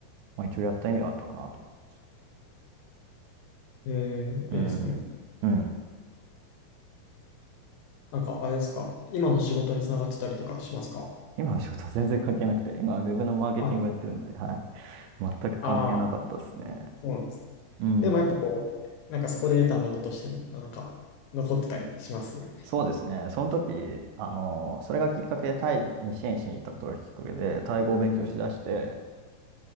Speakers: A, on the right (about 80°); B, on the left (about 75°).
A: まあ一応やった意味はあったかなと思って。
B: えー、
A: うん。
B: いいですね。
A: うん。
B: なんか、あれですか。今の仕事につながってたりとかしますか
A: 今の仕事は全然関係なくて、今はウェブのマーケティングをやってるので、
B: あ、
A: はい。全く関係なかったですね。
B: ああ、そうなんですね。
A: うん。
B: でもやっぱこう、なんかそこで得たものとして、なんか、残ってたりします。
A: そうですね。その時、あの、それがきっかけでタイに支援しに行ったことがきっかけで、タイ語を勉強しだして、